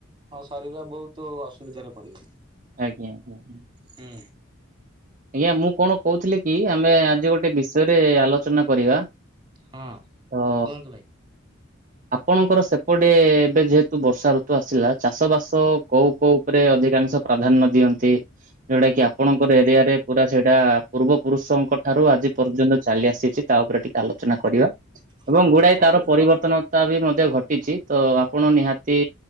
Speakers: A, on the right; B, on the right.
A: ଶରୀର ବହୁତ ଅସୁବିଧାରେ ପଡିବ।
B: ଆଜ୍ଞା ଆଜ୍ଞା
A: ହୁଁ
B: ଆଜ୍ଞା ମୁଁ କଣ କହୁଥିଲି କି ଆମେ ଆଜି ଗୋଟେ ବିଷୟରେ ଆଲୋଚନା କରିବା
A: ହଁ।
B: ହଁ
A: କୁହନ୍ତୁ ଭାଇ।
B: ଆପଣଙ୍କର ସେପଟେ ଏବେ ଯେହେତୁ ବର୍ଷା ଋତୁ ଆସିଲା ଚାଷ ବାସ କୋଉ କୋଉ ଉପରେ ଅଧିକାଂଶ ପ୍ରାଧାନ୍ୟ ଦିଅନ୍ତି ଯଉଟା କି ଆପଣଙ୍କର ଏରିଆ ରେ ପୁରା ସେଇଟା ପୂର୍ବ ପୁରୁଷଙ୍କ ଠାରୁ ଆଜି ପର୍ଯ୍ୟନ୍ତ ଚାଲି ଆସିଛି ତା ଉପରେ ଟିକେ ଆଲୋଚନା କରିବା
A: ହଁ
B: ଏବଂ ଗୁଡାଏ
A: ଭାଇ
B: ତାର ପରିବର୍ତ୍ତନ
A: ବ
B: ତା ବି ମଧ୍ୟ ଘଟିଛି ତ ଆପଣ ନିହାତି